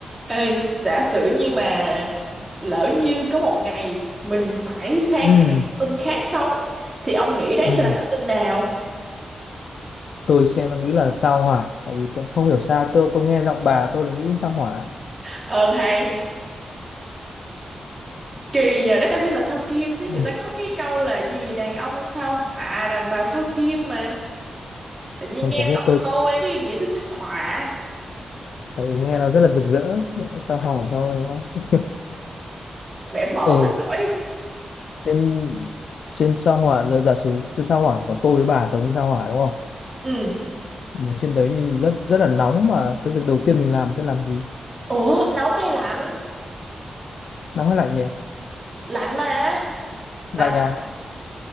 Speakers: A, on the right; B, on the left.
A: Ê, giả sử như mà lỡ như có một ngày mình phải sang
B: Ừ,
A: một cái hành tinh khác sống thì ông nghĩ đấy
B: ừ.
A: sẽ là hành tinh nào?
B: Tôi xem nó nghĩ là sao hỏa tại vì tôi không hiểu sao tôi tôi nghe giọng bà tôi là nghĩ sao hỏa
A: Ờ hay, kỳ nhờ đấy là phải là sao Kim chứ
B: ừ.
A: người ta có cái câu là gì đàn ông sao hỏa, đàn bà sao Kim mà. Tự nhiên
B: Không
A: nghe
B: chả biết
A: giọng
B: tôi
A: tôi cái nghĩ tới sao hỏa,
B: tại vì nghe nó rất là rực rỡ sao hỏa thôi đúng không?
A: mẹ mõm
B: ừ
A: là nổi.
B: trên trên sao hỏa là giả sử trên sao hỏa của tôi với bà giống như sao hỏa đúng không
A: Ừ.
B: mà trên đấy thì rất rất là nóng mà cái việc đầu tiên mình làm sẽ làm gì
A: Ủa, nóng hay lạnh?
B: nóng hay lạnh nhỉ
A: Lạnh mà. Lạnh
B: lạnh à